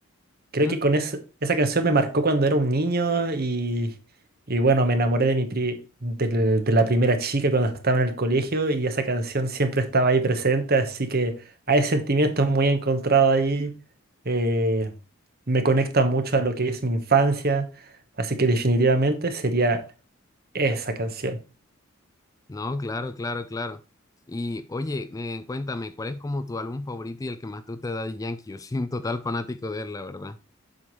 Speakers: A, on the right; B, on the left.
A: Creo
B: ¿Mm?
A: que con es- esa canción me marcó cuando era un niño y, y bueno, me enamoré de, mi pri- del- de la primera chica cuando estaba en el colegio y esa canción siempre estaba ahí presente, así que hay sentimientos muy encontrados ahí. eh, me conecta mucho a lo que es mi infancia, así que definitivamente sería esa canción.
B: No, claro, claro, claro. Y oye, eh, cuéntame, ¿cuál es como tu álbum favorito y el que más te gusta de Daddy Yankee? <laughs> Yo soy un total fanático de él, la verdad.